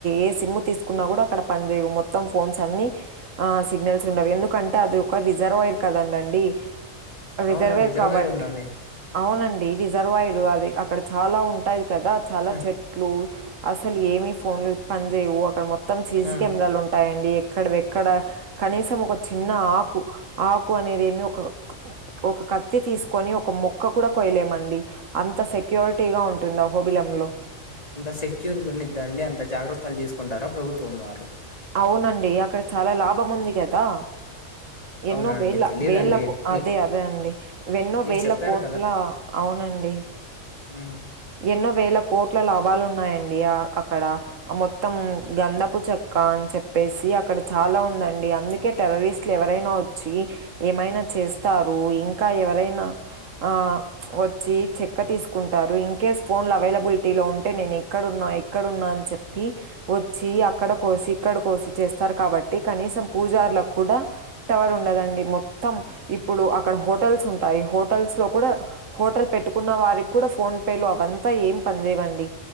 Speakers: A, on the right; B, on the left.
A: ఏ సిమ్ తీసుకున్నా కూడా అక్కడ పని చేయవు మొత్తం ఫోన్స్ అన్ని ఆ సిగ్నల్స్ ఉండవు ఎందుకంటే అది ఒక రిజర్వాయర్ కదండండి రిజర్వేర్
B: అవునా రిజర్వాయర్
A: కాబట్టి
B: ఉందండి.
A: అవునండి రిజర్వాయర్ అది అక్కడ చాలా ఉంటాది కదా చాలా
B: ఆ!
A: చెట్లు అసలు ఏమి ఫోన్లు పనిచయవు అక్కడ మొత్తం సి
B: ఆ!
A: సి కెమెరాలు ఉంటాయండి కడవ ఎక్కడ కనీసం ఒక చిన్న ఆకు ఆకు అనేది ఏమి ఒక ఒక కత్తి తీసుకొని ఒక మొక్క కూడా కొయలేమండి అంత సెక్యూరిటీ గా ఉంటుందా హోబిలమ్ లో
B: అంత సెక్యూర్ గునిద్దండి అంత జాగ్రత్తలు తీసుకుంటారా ప్రభుత్వం వారు
A: అవునండి అక్కడ చాలా లాభం ఉంది కదా ఎన్నో
B: అవునా అండి
A: వేల
B: తెలీదండి.
A: వేల
B: మీ
A: అదే అదే అండి ఎన్నో
B: మీరు
A: వేల
B: చెప్పారు
A: కోట్ల అవును వునండి
B: హ్మ్మ్
A: ఎన్నో వేల కోట్ల లాభాలు ఉన్నాయండి అక్కడ మొత్తం గందపు చెక్క చెప్పేసి అక్కడ చాలా ఉందండి అందుకే టెర్రరిస్ట్ ఇట్లా ఎవరైనా వచ్చి ఏమైనా చేస్తారు ఇంకా ఎవరైనా ఆ వచ్చి చెక్క తీసుకుంటారు ఇం కేస్ ఫోన్లు అవైలబిలిటీ లో ఉంటే నేను ఇక్కడున్నా ఇక్కడున్నా అని చెప్పి వచ్చి అక్కడ కోస్ సీక్కడి కోసి చేస్తారు కాబట్టి కనీసం పూజారులకు కూడా టవర్ ఉండదండి మొత్తం ఇప్పుడు అక్కడ హోటల్స్ ఉంటాయి హోటల్స్ లో కూడా హోటల్ పెట్టుకున్న వారికి కూడా ఫోన్ పేలు అవంతా ఏం పని చేేయవండి